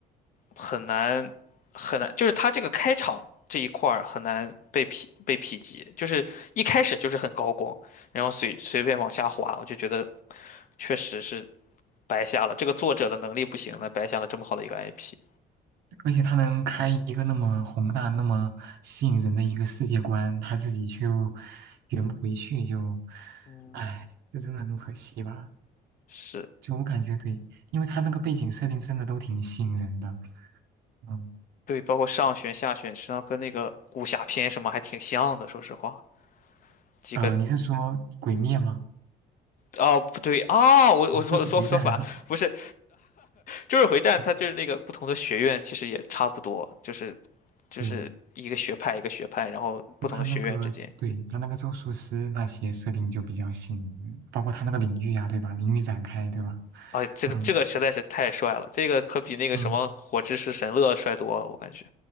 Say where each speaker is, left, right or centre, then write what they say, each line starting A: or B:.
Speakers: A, on the left; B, on the right.
A: 很难很难，就是他这个开场这一块儿很难被匹被匹及，就是一开始就是很高光，然后随随便往下滑，我就觉得确实是白瞎了。这个作者的能力不行了，白瞎了这么好的一个 IP。
B: 而且他能开一个那么宏大、那么吸引人的一个世界观，他自己就圆不回去，就，
A: 嗯，
B: 哎，这真的很可惜吧？
A: 是，
B: 就我感觉对，因为他那个背景设定真的都挺吸引人的，嗯，
A: 对，包括上旋、下旋，实际上跟那个武侠片什么还挺像的，说实话，几个
B: 呃，你是说《鬼灭》吗？
A: 哦，不对啊，我我说说说反，
B: 啊，就是回战啊，
A: 不是，就是回战，
B: <laughs>
A: 它就是那个不同的学院其实也差不多，就是就是一个学派一个学派，
B: 对，
A: 然后不同的学院之间，
B: 就他那个，对，他那个咒术师那些设定就比较新，包括他那个领域呀、对吧？领域展开，对吧？
A: 啊，这个这个实在是太帅了，
B: 嗯
A: 这个可比那个什么火之石神乐帅多了，
B: 嗯，
A: 我感觉